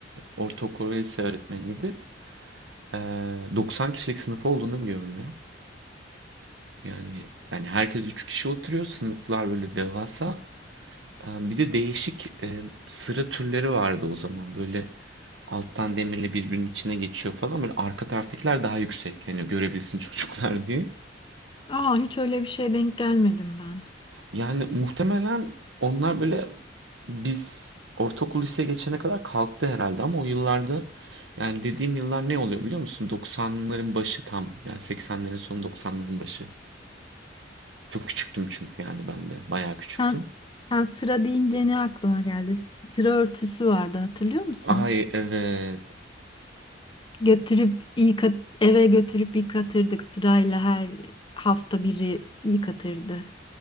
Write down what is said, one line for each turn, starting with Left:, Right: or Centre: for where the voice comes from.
Right: ortaokul ve lise öğretmeniydi. E, 90 kişilik sınıf olduğunu biliyorum ya. Yani yani herkes 3 kişi oturuyor. Sınıflar böyle devasa. Ee, Bir de değişik e, sıra türleri vardı o zaman. Böyle alttan demirle birbirinin içine geçiyor falan. Böyle arka taraftakiler daha yüksek. Hani görebilsin <laughs> çocuklar diye.
Left: Aa hiç öyle bir şeye denk gelmedim ben.
Right: Yani muhtemelen onlar böyle biz ortaokul liseye geçene kadar kalktı herhalde ama o yıllarda yani dediğim yıllar ne oluyor biliyor musun? 90'ların başı tam. Yani 80'lerin sonu 90'ların başı. Çok küçüktüm çünkü yani ben de. Bayağı küçüktüm.
Left: Sen, sen sıra deyince ne aklıma geldi? Sıra örtüsü vardı hatırlıyor musun?
Right: Ay evet.
Left: Götürüp yıkat, eve götürüp yıkatırdık sırayla her hafta biri yıkatırdı.